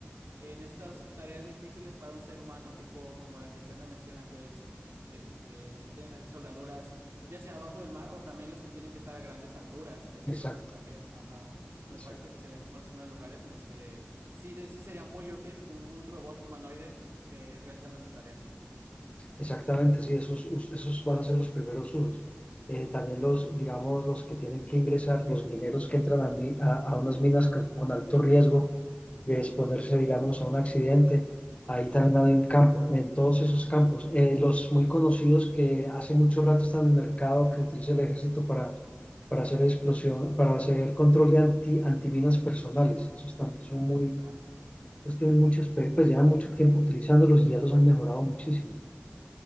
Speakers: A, on the right; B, on the left.
A: en estas tareas difíciles para un ser humano, tipo como la que usted me menciona, que es este, los que tienen que hacer soldaduras, ya sea abajo del mar o también los que tienen que estar a grandes alturas. Esa es
B: Exacto.
A: otra también. Ajá. Me
B: Exacto.
A: parece que serían como los primeros lugares en los que sí, de- sí sería muy útil un, un robot humanoide eh, realizando esas tareas.
B: Exactamente, sí, esos, us- esos van a ser los primeros usos. Eh,
A: Mm.
B: también los, digamos, los que tienen que ingresar, los mineros que entran a, mi- a, a unas minas con con alto riesgo
A: Ujú,
B: de exponerse, digamos, a un accidente, ahí también hay un campo, en todos esos campos. Eh, los muy conocidos que hace mucho rato están en el mercado, que utiliza el ejército para, para hacer explosión, para hacer control de anti, antiminas personales, esos también
A: ujú.
B: son muy,
A: Ah, sí, es cierto.
B: esos tienen muchos, pues llevan mucho tiempo utilizándolos y ya los han mejorado muchísimo.